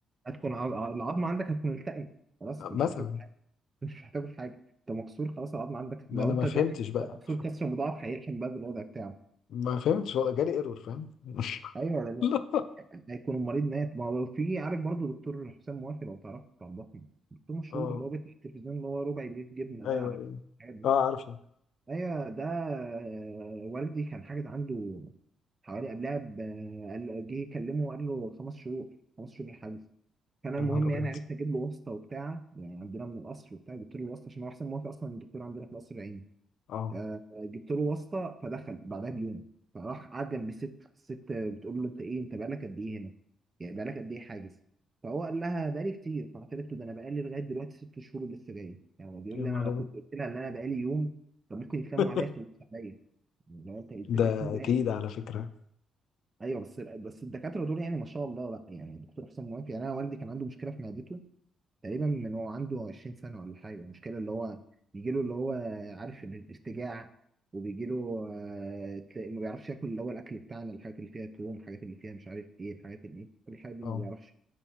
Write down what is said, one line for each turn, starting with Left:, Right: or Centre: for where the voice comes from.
Right: هتكون ع- العظمه عندك هتكون التئم خلاص
Left: مثلا
Right: انت مش محتاج حاجه انت مش محتاج في حاجه انت مكسور خلاص العظمه عندك
Left: ما
Right: لو
Left: انا
Right: انت
Left: ما فهمتش
Right: ده
Left: بقى
Right: ده مكسور كسر مضاعف هيلحم بقى بالوضع بتاعه
Left: ما فهمتش ولا جالي ايرور فاهم <laughs>
Right: ايوه ولا لا؟
Left: لا
Right: هيكون المريض مات ما هو لو في عارف برضو دكتور حسام موافي لو تعرف بتاع الضخم دكتور مشهور
Left: اه
Right: اللي هو بيفتح التلفزيون اللي هو ربع جنيه جبنه
Left: ايوه
Right: ده عارف
Left: ايوه
Right: الحاجات دي
Left: اه عارفه
Right: ايوه ده آه، والدي كان حاجز عنده حوالي قبلها ب- آه، قال- جه يكلمه وقال له خمس شهور خمس شهور الحجز فانا المهم
Left: يا نهار ابيض
Right: يعني عرفت اجيب له واسطه وبتاع يعني عندنا من القصر وبتاع جبت له الواسطه عشان هو احسن موافق اصلا الدكتور عندنا في القصر العيني
Left: اه
Right: فجبت له واسطه فدخل بعدها بيوم فراح قعد جنب الست الست بتقول له انت ايه انت بقالك قد ايه هنا؟ يعني بقالك قد ايه حاجز؟ فهو قال لها بقالي كتير فقالت له ده انا بقالي لغايه دلوقتي ست شهور ولسه جاي يعني هو بيقول
Left: يا
Right: لي
Left: نهار
Right: انا لو
Left: ابيض
Right: كنت قلت لها ان انا بقالي يوم كان ممكن يتلموا
Left: <laughs>
Right: عليا يخلصوا عليا لو انت انت
Left: ده
Right: جيت ازاي؟
Left: اكيد على فكره
Right: ايوه بس بس الدكاتره دول يعني ما شاء الله لا يعني الدكتور حسام موافق يعني انا والدي كان عنده مشكله في معدته تقريبا من هو عنده 20 سنة ولا حاجة المشكلة اللي هو بيجي له اللي هو عارف إن الارتجاع وبيجي له آه، تلاقي ما بيعرفش ياكل اللي هو الأكل بتاعنا الحاجات اللي فيها توم الحاجات اللي فيها مش عارف إيه الحاجات اللي إيه كل الحاجات دي
Left: اه
Right: ما بيعرفش